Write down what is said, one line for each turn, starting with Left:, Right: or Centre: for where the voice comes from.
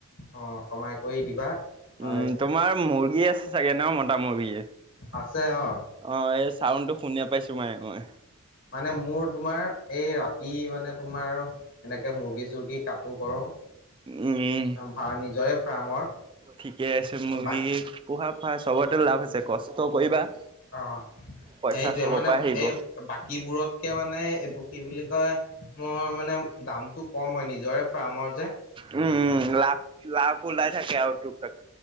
Left: অঁ', কমাই কৰি দিবা হয়।
Right: উম, তোমাৰ মুৰ্গী আছে চাগে ন' মতা মুৰ্গী?
Left: আছে, অঁ',।
Right: অ', এই চাউণ্ডটো শুনি নেপাইছো মই-মই।
Left: মানে মোৰ তোমাৰ এই ৰাতি মানে তোমাৰ আৰু এনেকে মুৰ্গী-চুৰ্গী কটো, কৰো।
Right: উম,
Left: আঁহ', নিজৰে ফাৰ্মৰ।
Right: ঠিকে আছে মুৰ্গী,
Left: বাক
Right: পোহা <unintelligible> চবতে লাভ আছে কষ্ট কৰিবা।
Left: অ',
Right: পইচা
Left: এইটোৱে
Right: চবৰ
Left: মানে
Right: পৰা আহিব।
Left: এই- বাকীবোৰতকে মানে এইটো কি বুলি কয়, মই মানে দামটো- কম হয় নিজৰে ফাৰ্মৰ যে।
Right: উম'উম উম, লাভ লাভ ওলাই থাকে আৰু টোক টাক -